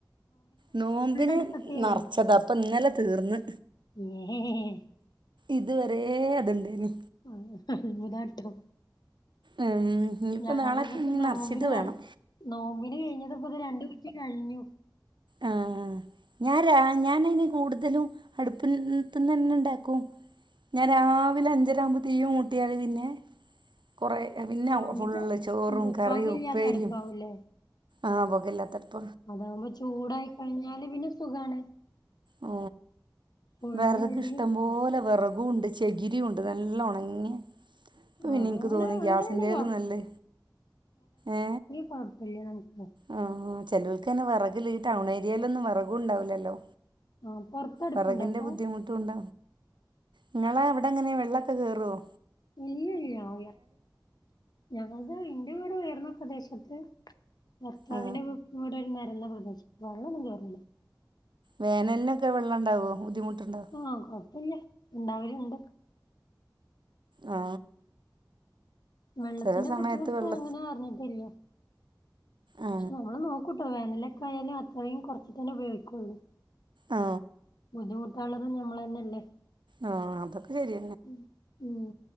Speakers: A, on the right (about 80°); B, on the left (about 60°).
A: നോമ്പിന്
B: അടുപ്പത്തായിരുന്നു
A: നർച്ചതാ പ്പൊ ഇന്നലെ തീർന്ന്
B: എ് എഹ്
A: ഇതുവരെ അത്ണ്ടേനി
B: ആ ഉന്ന്ട്ടോ
A: ഉം ഇനിപ്പോ
B: ഞങ്ങളത്പ്പത്തെ
A: നാളെക്ക് ഇഞ്
B: നോമ്പിന്
A: നർച്ചിട്ട് വേണം
B: നട നോമ്പിന് കഴിഞ്ഞത്പ്പത് രണ്ട് കുറ്റി കഴിഞ്ഞു.
A: ആ ഞാൻ ഞാനതിന് കൂടുതലും അടുപ്പിത്ത്ന്ന് ന്നെ ഉണ്ടാക്കും ഞാൻ രാവിലെ അഞ്ചരരാകുമ്പോൾ തീ കുട്ടിയൽ പിന്നെ കൊറേ പിന്നെ
B: ആഹ്
A: ഫുള്ള്
B: മറ്റേ
A: ചോറും
B: ഇത്
A: കറിയും
B: പൊകയില്ലാത്ത
A: ഉപ്പേരിയും
B: അടുപ്പാവൂല്ലേ
A: ആഹ് പൊഗല്ലാത്തട്പ്പ.
B: അതവുമ്പോ ചൂടായി കഴിഞ്ഞാല് പിന്നെ സുഗാണ്
A: എ
B: ഒഴിഞ്ഞൊഴിഞ്ഞ്
A: വെർക്ക് ഇഷ്ടം
B: കിട്ടണം
A: പോലെ വെർക്കുണ്ട് ചെകിരി ഉണ്ട് നല്ല ഓണങ്ങിയെ ഇപ്പ പിന്നെ
B: ആഹ്
A: ൻക്ക്
B: അങ്ങനെ
A: തോന്നുന്നത്
B: അങ്ങനെണ്ടെങ്കി
A: ഗ്യാസിന്റൊലും നല്ലേ ഏ
B: കുഴപ്പല്ല്യ നമ്മക്ക്
A: ആ ചെലോർക്കേന്നെ വെർകില്ല ഈ ടൗൺ ഏരിയയിലൊന്നും വെർകും ഉണ്ടാവില്ലല്ലോ
B: ആഹ് പൊറത്തടുപ്പുണ്ടോ
A: വെറകിന്റെ
B: അപ്പൊ
A: ബുദ്ധിമു തുണ്ട നിങ്ങളെ എവിടെ എങ്ങനെ വെള്ളൊക്കെ കേറുവോ
B: ഇല്ലല്ല ഞങ്ങളത് ഇന്റെ വീട് ഉയർന്ന പ്രദേശത്ത് ഭർത്താവിന്റെ
A: ആ
B: വ് വീട് ഒരു നര്ന്ന പ്രദേശത്താ വെള്ളം ഒന്നും കേറൂല
A: വേനലിനൊക്കെ വെള്ളം ഉണ്ടാവോ ബുദ്ധിമുട്ടുണ്ടാവോ
B: ആ കൊഴപ്പില്ല ഇണ്ടാവല് ഇണ്ട്
A: ആ
B: വെള്ളത്തിന്റെ
A: ചില സമയത്ത്
B: ബുദ്ധിമുട്ട്
A: വെള്ള
B: അങ്ങനെ അറിഞ്ഞിട്ടില്ല്യ
A: ആ
B: പക്ഷെ നമ്മള് നോക്കൂട്ടോ വേനലൊക്കെ ആയാലും അത്രയും കുറച്ച്ട്ടന്നെ ഉപയോഗിക്കുള്ളൂ
A: ആ
B: ബുദ്ധിമുട്ടാനുള്ളതും ഞമ്മൾ തന്നെയല്ലേ
A: ആ അതൊക്കെ ശരി
B: മ് മ്